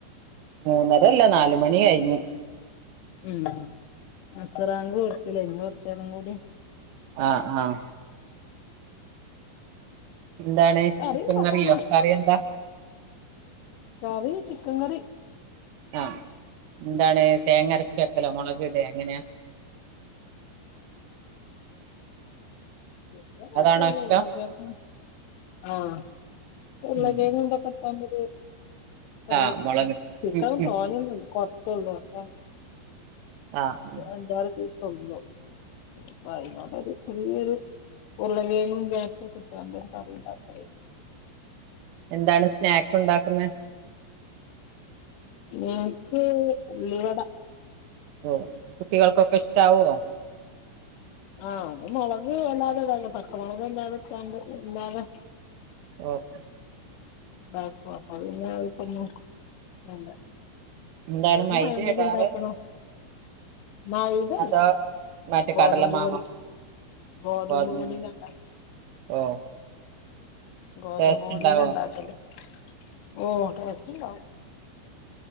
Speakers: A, on the right; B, on the left.
A: മൂന്നര അല്ല നാലു മണി കഴിഞ്ഞു.
B: ഉം അസറാങ്കു കൊടുത്തൂലെ ഇനി കൊറച്ചു നേരം കൂടിം
A: ആഹ് ആഹ് എന്താണ്
B: കറി
A: ചിക്കൻ
B: ഇണ്ടാക്കാണ്.
A: കറിയോ കറി എന്താ
B: കറി ചിക്കൻ കറി.
A: ആഹ് എന്താണ് തേങ്ങരച്ച് വെക്കലോ മുളക് ഇടേ എങ്ങനാ
B: <unintelligible>
A: അതാണോ ഇഷ്ടം
B: ആ ഉരുളൻ
A: ഉം
B: കിഴങ്ങ് ഇതൊക്കെ ഇട്ടാ മതി. കറി
A: ആഹ് മുളക്
B: ചിക്കൻ
A: ഉം ഉം
B: തോനൊന്നൂല്ല. കുറച്ചൊള്ളൂ. അപ്പ
A: ആഹ് ആഹ്
B: അഞ്ചാറ് പീസൊള്ളൂ. അപ്പൊ അതിനോണ്ടൊരു ചെറിയൊരു ഉരുളൻ കിഴങ്ങും ക്യാരറ്റൊക്കെ ഇട്ടോണ്ടൊരു കറി ഉണ്ടാക്കും.
A: എന്താണ് സ്നാക്ക് ഉണ്ടാക്കുന്നെ?
B: എനിക്ക് ഉള്ളി വട
A: ഓ കുട്ടികൾക്കൊക്കെ ഇഷ്ട ആവോ?
B: ആ അത് മുളക് അല്ലാതെ ഇടാൻ പച്ചമളക് അല്ലാതെ ഇട്ടാണ്ട് ഇല്ലാതെ
A: ഓക്കെ
B: ഉണ്ടാക്കും അപ്പൊ പിന്നെ അവർക്കൊന്നും വേണ്ട.
A: എന്താണ്
B: <unintelligible>
A: മൈദ
B: പഴംപൊരി
A: ഇടാറ്
B: ഇണ്ടാക്കണം. ന ഇതല്ല.
A: അതോ മറ്റേ
B: ഗോതമ്പ്പൊടി
A: കടലമാവോ
B: ഗോതമ്പ്പൊടീടെ
A: ഗോതമ്പ്
B: ഉണ്ടാക്കി.
A: ഓ
B: ഗോതമ്പു
A: ടേസ്റ്റ്
B: പൊടീടേ
A: ഉണ്ടാവോ
B: ഉണ്ടാക്കല്. ഓ ടേസ്റ്റ് ഇണ്ടാവും.